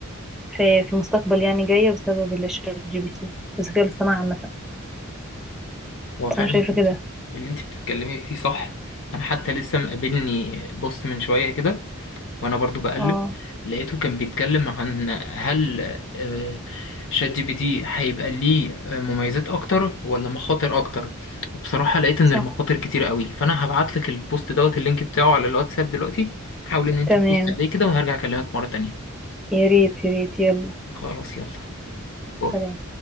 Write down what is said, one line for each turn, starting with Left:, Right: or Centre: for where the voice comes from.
Centre: في في المستقبل يعني جايه بسبب الشات جي بي تي الذكاء الاصطناعي عامه
Left: هو فعلا
Centre: انا شايفه
Left: اللي انت
Centre: كده
Left: اللي انت بتتكلمي فيه صح انا حتى لسه مقابلني بوست من شوية كده وانا برضو بقلب
Centre: اه
Left: لقيته كان بيتكلم عن هل آه، شات جي بي تي هيبقى ليه مميزات اكتر ولا مخاطر اكتر وبصراحة لقيت ان
Centre: صح
Left: المخاطر كتير قوي فانا هبعت لك البوست دوت اللينك بتاعه على الواتساب دلوقتي حاول ان انت
Centre: تمام
Left: تبص عليه كده وهرجع اكلمك مرة تانية
Centre: يا ريت يا ريت يلا
Left: خلاص يلا باي.
Centre: سلام